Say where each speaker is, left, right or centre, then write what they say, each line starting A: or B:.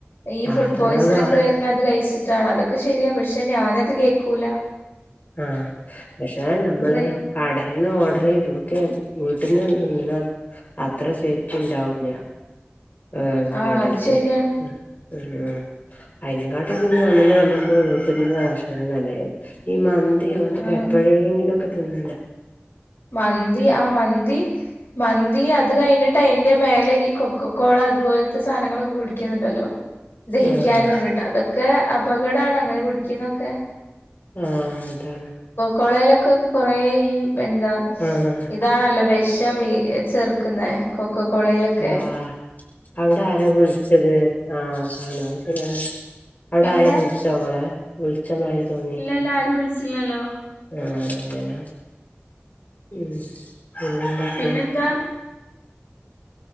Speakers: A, on the left; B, on the left.
A: ഈ
B: ആഹ്
A: ഫുഡ്
B: അതാണ്
A: പോയിസൺ
B: അത്
A: ഒക്കെ വരുന്ന അത് കഴിച്ചിട്ടാണ് അതൊക്കെ ശരിയാ പക്ഷെ ഞാനത് കേൾക്കൂല
B: ആഹ പക്ഷെ നമ്മള്
A: ചെയ്യും
B: കടന്ന് ഓർഡർ ചെയ്ത് നമ്മുക്ക് <unintelligible> പട്ട അത്ര സേഫ്റ്റ് ഉണ്ടാവൂല്ല ആ
A: ആഹ്
B: കടത്ത്
A: അത് ശരിയാണ്
B: <unintelligible> അതിനെക്കാട്ട <unintelligible> അമുക്ക് <unintelligible> ഈ മന്തി <unintelligible>
A: ആഹ്
B: എപ്പോഴെങ്കിലുക്കെ തിന്നണ്ട
A: മന്തി ആ മന്തി മന്തി അത് കഴിഞ്ഞിട്ട് അയിന്റെ മേലെ ഈ കൊക്കക്കോള അതുപോലത്തെ സാധനങ്ങളൊക്കെ കുടിക്കുന്നുണ്ടല്ലോ ദഹിക്കാന
B: ആഹ്
A: വേന്നട്ട് അതൊക്കെ അപകടാണ് അങ്ങനെ കുടിക്കുന്നൊക്കെ
B: ആഹ അതാണ്
A: കൊളയിലൊക്കെ കുറെേ ഈ എന്താ
B: ആഹ്
A: ഇതാണല്ലോ ബെസ് ചെർക്കുന്ന കൊക്കകോളയിലൊക്കെ.
B: ആഹ് അവിടെ ആരാ വിളിച്ചത്? ആ അതൊക്കെണാ അവിടെ
A: എവിടെ
B: ആരോ വിളിച്ചോ ങ്ങളെ? വിളിച്ചമാരി തോന്നി
A: ഇല്ലല്ലോ ആരും വിളിച്ചില്ലല്ലോ
B: ആ അങ്ങനാ ഉം പിന്നെന്തൊക്കെ?
A: പിന്നെന്താ